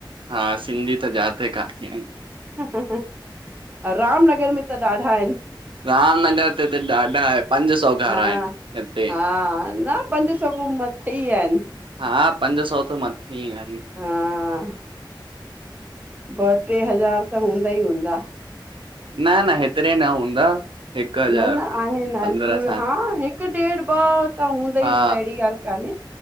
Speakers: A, on the right; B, on the right.
A: हा सिंधी त जाते काथे आहिन।
B: हं हं हं राम नगर मे त ॾाढा आहिन।
A: रामनगर ते त ॾाढा आहे पंज सौ। घर
B: हा-हा
A: आहिनि हिते
B: न पंज सौ खऊं मथे ई आहिन।
A: हा पंज सौ थो मथे आहिन।
B: हां। ॿ ट्रे हज़ार त हूंदा ई हूंदा।
A: न न हेतिरे न हूंदा। हिकु हज़ार
B: न न आहिन नानपुर
A: पंद्रहं सां
B: हा हिकु ॾेढ ॿ त हूंदा
A: हा
B: ई हूंदा अहिड़ी ॻाल्हि कान्हे